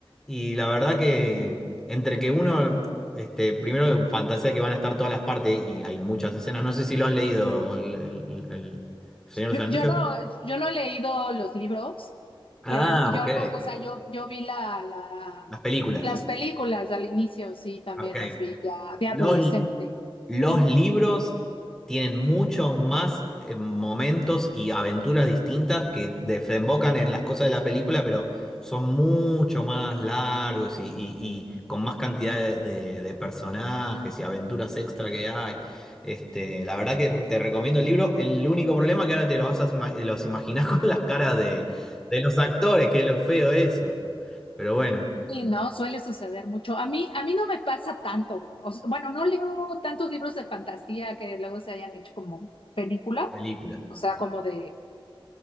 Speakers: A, in the centre; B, on the left.
A: Y la verdad que entre que uno, este, primero fantasea que van a estar todas las partes y hay muchas escenas, no sé si lo has leído el, el el Señor de
B: Yo
A: los Anillos.
B: no, yo no he leído los libros,
A: Ah,
B: pero yo
A: ok.
B: algo, o sea, yo, yo vi la, la,
A: Las películas.
B: las películas al inicio, sí, también
A: Ok.
B: las vi ya de
A: Los
B: adolescente.
A: Los libros tienen muchos más eh, momentos y aventuras distintas que desembocan en las cosas de la película, pero son mucho más largos y, y- y con más cantidad de, de- de personajes y aventuras extra que hay. Este, la verdad que te recomiendo el libro. El único problema que ahora te los vas a ima- los imaginar <laughs> con las caras de, de los actores, que es lo feo eso. Pero bueno,
B: Y no, suele suceder mucho. A mí, a mí no me pasa tanto. O sea, bueno, no leo tantos libros de fantasía que luego se hayan hecho como película,
A: películas.
B: o sea, como de